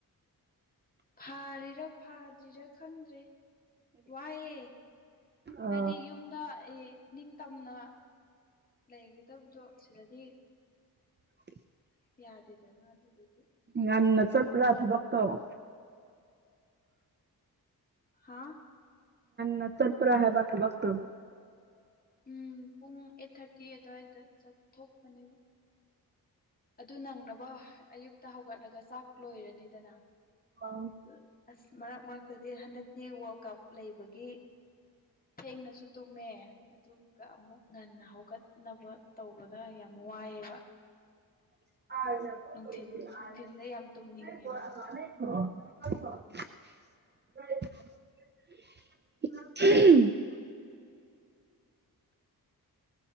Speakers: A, on the left; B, on the right.
A: ꯐꯥꯔꯤꯔꯥ ꯐꯥꯗ꯭ꯔꯤꯔꯥ ꯈꯪꯗ꯭ꯔꯦ ꯋꯥꯏꯑꯦ
B: ꯑ
A: ꯍꯥꯏꯗꯤ ꯌꯨꯝꯗ ꯅꯤꯡꯇꯝꯅ ꯂꯩꯒꯗꯕꯗꯣ ꯁꯤꯗꯗꯤ
B: <inaudible>
A: ꯌꯥꯗꯦꯗꯅ ꯍꯥꯏꯗꯤ
B: ꯉꯥꯟ ꯆꯠ꯭ꯔ ꯊꯕꯣꯛ ꯇꯕ
A: ꯍꯥꯥ
B: ꯅ ꯆꯠꯄ꯭ꯔꯥ ꯍꯥꯏꯕ ꯊꯕ ꯇꯣ
A: ꯎꯝ ꯄꯨꯡ ꯑꯩꯠ ꯊꯥꯔꯇꯤ ꯑꯗꯨꯗꯋꯥꯏꯗ ꯆꯠꯊꯣꯛꯄꯅꯦꯕ ꯑꯗꯨ ꯅꯪꯅꯕ ꯑꯌꯨꯛꯇ ꯍꯧꯒꯠꯂꯒ ꯆꯥꯛ ꯂꯣꯏꯔꯅꯤꯗꯅ
B: ꯑ
A: ꯑꯗꯨ ꯑꯁ ꯃꯔꯛ ꯃꯔꯛꯇꯗꯤ ꯍꯟꯗꯛꯇꯤ ꯋꯥꯔꯜ ꯀꯞ ꯂꯩꯕꯒꯤ ꯊꯦꯡꯅꯁꯨ ꯇꯨꯝꯃꯦ ꯑꯗꯨꯒ ꯑꯃꯨꯛ ꯉꯟꯅ ꯍꯧꯒꯠꯅꯕ ꯇꯧꯕꯗ ꯌꯥꯝ ꯋꯥꯏꯑꯦꯕ
B: <unintelligible>
A: ꯅꯨꯡꯊꯤꯟ ꯅꯨꯡꯊꯤꯟꯗ ꯌꯥꯝ ꯇꯨꯝꯅꯤꯡꯉꯦꯕ
B: <unintelligible>